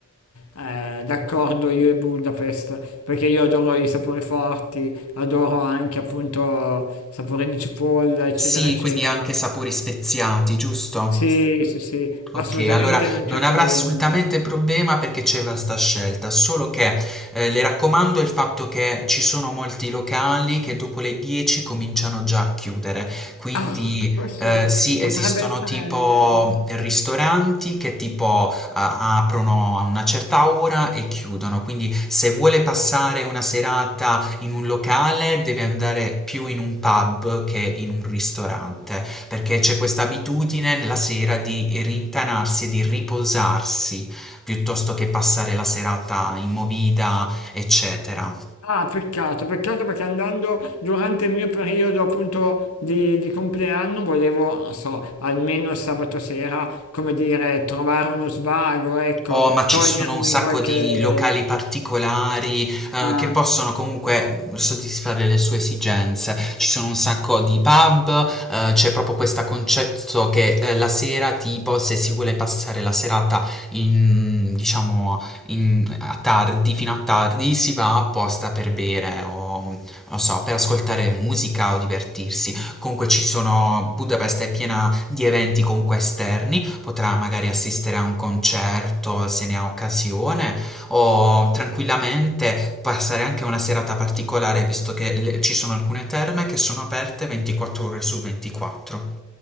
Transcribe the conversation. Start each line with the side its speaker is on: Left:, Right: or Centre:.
Left: eh, d'accordo io e Budapest, perché io adoro i sapori forti, adoro anche appunto sapore di cipolla, eccetera,
Centre: Sì,
Left: eccetera.
Centre: quindi anche sapori speziati, giusto?
Left: Sì, sì, sì,
Centre: Ok,
Left: assolutamente
Centre: allora
Left: non
Centre: non
Left: c'è
Centre: avrà
Left: problema.
Centre: assolutamente problema perché c'è vasta scelta, solo che eh, le raccomando il fatto che ci sono molti locali che dopo le 10 cominciano già a chiudere, quindi
Left: Ah, questo
Centre: eh, sì,
Left: potrebbe
Centre: esistono
Left: essere
Centre: tipo ristoranti che tipo a- aprono a una certa ora e chiudono, quindi se vuole passare una serata in un locale deve andare più in un pub che in un ristorante perché c'è questa abitudine la sera di rintanarsi e di riposarsi piuttosto che passare la serata in movida, eccetera.
Left: Ah, peccato, peccato perché andando durante il mio periodo appunto di, di compleanno volevo, non so, almeno il sabato sera, come dire, trovare uno svago, ecco,
Centre: Oh, ma ci
Left: togliermi
Centre: sono un sacco
Left: qualche...
Centre: di locali particolari, eh,
Left: Ah,
Centre: che possono comunque soddisfare le sue esigenze. Ci sono un sacco di pub, eh, c'è proprio questo concetto che eh, la sera, tipo, se si vuole passare la serata in, diciamo, in- a tardi, fino a tardi, si va apposta per bere o, non so, per ascoltare musica o divertirsi. Comunque ci sono, Budapest è piena di eventi comunque esterni, potrà magari assistere a un concerto se ne ha occasione o tranquillamente passare anche una serata particolare visto che le- ci sono alcune terme che sono aperte 24 ore su 24.